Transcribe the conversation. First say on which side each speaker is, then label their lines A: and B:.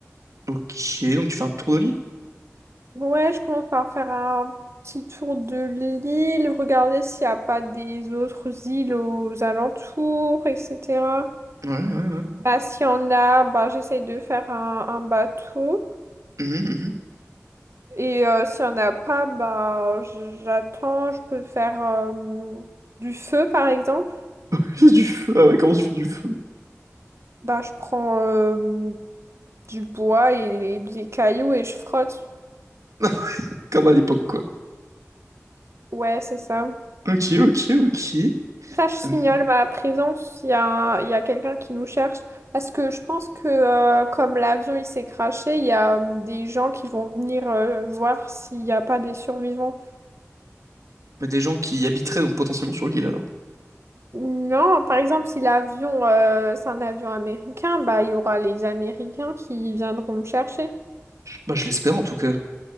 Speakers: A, on the right; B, on the right.
A: Ok, donc tu fais un tour de l'île?
B: Ouais, je commence par faire un petit tour de l'île, regarder s'il n'y a pas des autres îles aux alentours, etc.
A: Ouais, ouais, ouais.
B: Bah, s'il y en a, bah, j'essaye de faire un, un bateau.
A: Mhm, mhm.
B: Et euh, s'il n'y en a pas, bah, j- j'attends, je peux faire euh, du feu, par exemple.
A: <laughs> J'ai du feu. Ah ouais, comment tu fais du feu?
B: Bah, je prends euh, du bois et, et des cailloux et je frotte.
A: <laughs> Comme à l'époque, quoi.
B: Ouais, c'est ça.
A: Ok, ok, ok.
B: Ça, je signale
A: Hum,
B: ma présence s'il y a, un- il y a quelqu'un qui nous cherche. Parce que je pense que euh, comme l'avion il s'est crashé, il y a euh, des gens qui vont venir euh, voir s'il n'y a pas des survivants.
A: mais des gens qui habiteraient donc potentiellement sur l'île alors.
B: Non, par exemple, si l'avion euh, c'est un avion américain, bah il y aura les Américains qui viendront me chercher.
A: Bah je l'espère en tout cas.